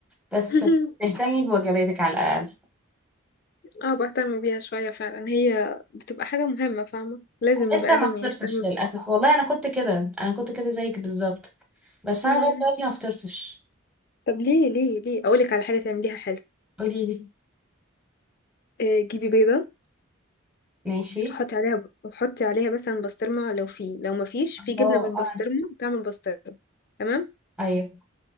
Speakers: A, in the centre; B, on the left.
A: بس
B: <laughs>
A: تهتمي بوجباتك على الاقل
B: اه بهتم بيها شوية فعلا هي بتبقى حاجة مهمة فاهمة لازم البني
A: لسه
B: آدم
A: ما فطرتش
B: يهتم
A: للاسف والله انا كنت كده انا كنت كده زيك بالظبط بس
B: مم.
A: انا لغايه دلوقتي ما فطرتش
B: طب ليه ليه ليه اقولك على حاجة تعمليها حلو
A: قولي لي
B: آه، جيبي بيضة
A: ماشي
B: حطي عليها حطي عليها مثلا بسطرمة لو في لو ما فيش
A: الله
B: في جبنة بالبسطرمة
A: آه.
B: تعمل بسطرمة تمام
A: ايوه